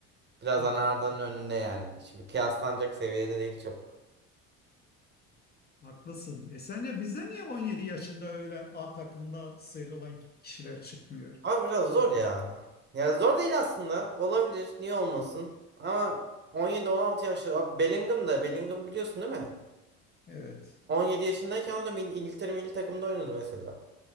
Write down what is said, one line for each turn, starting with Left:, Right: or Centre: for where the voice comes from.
Right: Biraz
Left: Ee,
Right: hani Arda'nın önünde yani. Şimdi kıyaslanacak seviyede değil çok.
Left: haklısın. E sence bize niye 17 yaşında öyle A takımda sıyrılan kişiler çıkmıyor?
Right: Abi biraz zor
Left: Türkiye.
Right: ya. Ya zor değil aslında. Olabilir. Niye olmasın? Ama 17-16 yaşları. Abi Bellingham da. Bellingham biliyorsun değil mi?
Left: Evet.
Right: 17 yaşındayken o da mil- İngiltere milli takımında oynadı mesela.